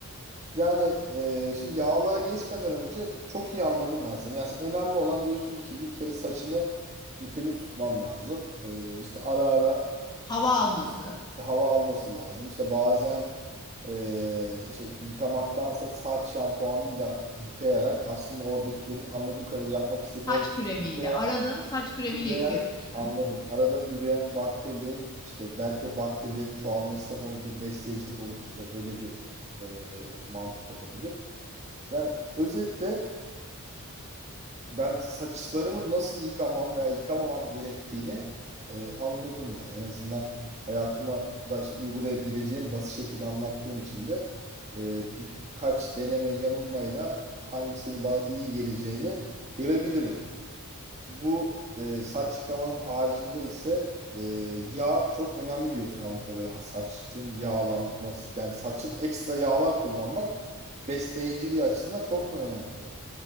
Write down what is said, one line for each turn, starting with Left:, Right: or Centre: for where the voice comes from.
Right: Yani eee, şimdi yağlara geçmeden önce çok iyi anladım ben seni. Yani sen önemli olan diyorsun ki şimdi bir kere saçını işte temiz tutman lazım. Eee işte ara ara
Left: Hava alması,
Right: işte hava alması lazım. İşte bazen eee, işte yıkamaktansa saç şampuanıyla yıkayarak aslında oradakilerin anladığım kadarıyla yapmak istediğin orada
Left: saç kremiyle
Right: üreyen,
Left: arada saç kremiyle
Right: üreyen
Left: yıkayabilirsin.
Right: anladım. Arada üreyen bakterilerin işte belki o bakterilerin çoğalması onu da besleyicilik oluşturacak öyle bir eee, mantık olabilir. Yani özetle ben saçlarımı nasıl yıkamam veya yıkamamam gerektiğini e, anladım yani. En azından hayatıma da işte uygulayabileceğim basit şekilde anlattığın için de e, birkaç deneme yanılmayla hangisinin bana iyi geleceğini görebilirim. Şimdi bu e, saç yıkamanın haricinde ise e, yağ çok önemli diyorsun anladığım kadarıyla. Ha, Saçın yağlanması yani saçın ekstra yağlar kullanmak besleyiciliği açısından çok mu önemli?